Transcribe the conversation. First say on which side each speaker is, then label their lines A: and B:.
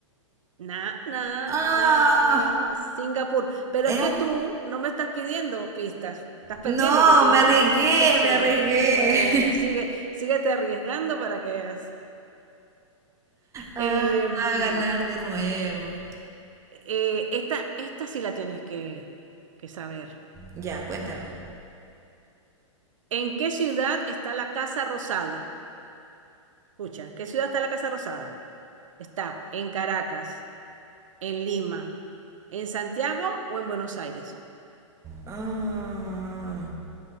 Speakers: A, on the right (about 75°); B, on the right (about 15°).
A: Na, na,
B: Ah,
A: na, na, Singapur. Pero
B: em,
A: es que tú no me estás pidiendo pistas. Estás perdiendo
B: no,
A: que tienes,
B: me arriesgué,
A: tienes dos posibilidades.
B: me arriesgué.
A: Bueno,
B: <laughs>
A: sigue, síguete arriesgando para que veas.
B: Ah,
A: Em,
B: a ganar de nuevo.
A: eh, esta, esta sí la tienes que, que saber.
B: Ya, cuéntame.
A: ¿En qué ciudad está la Casa Rosada? Escucha, ¿qué ciudad está la Casa Rosada? ¿Está en Caracas, en Lima, en Santiago o en Buenos Aires?
B: Ah.